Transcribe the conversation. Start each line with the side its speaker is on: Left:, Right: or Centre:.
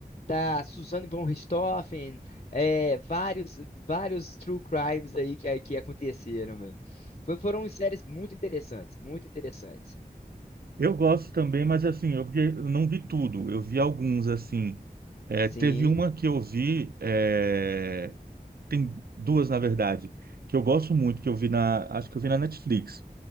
Left: da Suzane von Richthofen, é, vários, vários true crimes aí que, que aconteceram, mano. Foi- Foram séries muito interessantes, muito interessantes.
Right: Eu gosto também, mas assim, eu vi, eu não vi tudo, eu vi alguns, assim. É,
Left: Sim.
Right: teve uma que eu vi, é, tem duas, na verdade, que eu gosto muito, que eu vi na, acho que eu vi na Netflix.